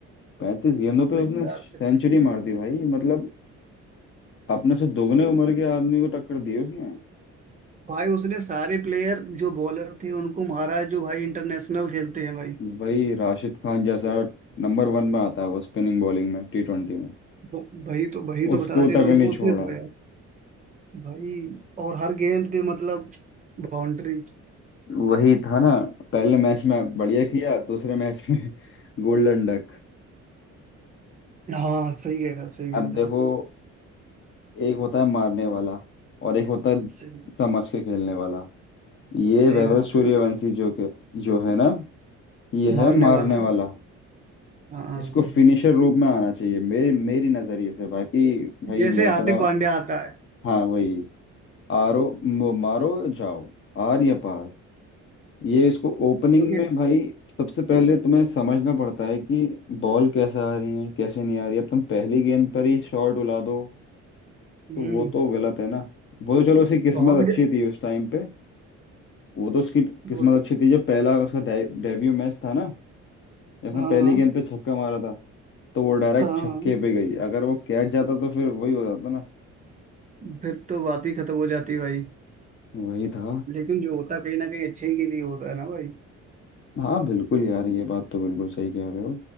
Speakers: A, on the left; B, on the right.
A: पैंतीस गेंदों पे
B: वही
A: उसने
B: बात
A: सेंचुरी
B: है
A: मार दी भाई मतलब अपने से दोगुने उम्र के आदमी को टक्कर दी उसने
B: भाई उसने सारे प्लेयर जो बॉलर थे उनको मारा है जो भाई इंटरनेशनल खेलते हैं भाई
A: भाई राशिद खान जैसा नंबर वन में आता है वो स्पिनिंग बॉलिंग में टी ट्वेंटी में
B: ब- भाई तो भाई तो
A: उसको
B: बता रहे
A: तक
B: हैं, उनको
A: नहीं छोड़ा
B: उसने धोया भाई और हर गेंद पे मतलब बाउंड्री
A: वही था ना पहले मैच में बढ़िया किया दूसरे मैच में <laughs> गोल्डन डक
B: हाँ सही कह रहा सही कह
A: अब देखो
B: रहा
A: एक होता है मारने वाला और एक होता है
B: सही
A: समझ के खेलने वाला ये
B: सही
A: वैभव
B: बात
A: सूर्यवंशी
B: है।
A: जो के जो है ना ये
B: मारने
A: है मारने
B: वाला है
A: वाला
B: हाँ हाँ।
A: इसको
B: हाँ।
A: फिनिशर रूप में आना चाहिए मेरी मेरी नजरिए से बाकी भाई
B: जैसे
A: मैं इतना
B: हार्दिक पांड्या आता है
A: हाँ वही आरो म- मारो जाओ आर या पार ये इसको ओपनिंग
B: क्योंकि
A: में भाई सबसे पहले तुम्हें समझना पड़ता है कि बॉल कैसे आ रही है कैसे नहीं आ रही है अब तुम पहली गेंद पर ही शॉट उला दो
B: हम्म
A: तो वो तो गलत है ना वो तो चलो उसकी किस्मत
B: बहुत
A: अच्छी
B: ग-
A: थी उस टाइम पे वो तो उसकी
B: बहुत
A: किस्मत अच्छी थी जब पहला उसका डे, डेब्यू मैच था ना जिसने
B: हाँ
A: पहली गेंद पे छक्का मारा था तो वो डायरेक्ट
B: हाँ हाँ।
A: छक्के पे गई अगर वो कैच जाता तो फिर वही हो जाता ना
B: फिर तो बात ही खत्म हो जाती भाई
A: वही था
B: लेकिन जो होता कहीं ना कहीं अच्छे के लिए होता है ना भाई
A: हाँ बिल्कुल यार ये बात तो बिल्कुल सही कह रहे हो